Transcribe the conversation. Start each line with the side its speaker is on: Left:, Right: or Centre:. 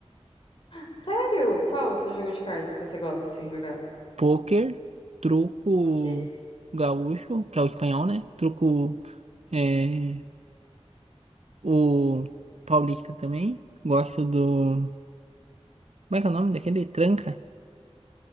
Left: Sério? Qual o seu jogo de carta que você gosta assim de jogar?
Right: Poker, truco
Left: Ok.
Right: gaúcho, que é o espanhol, né? Truco é, o paulista também. Gosto do. Como é que é o nome daquele? Tranca?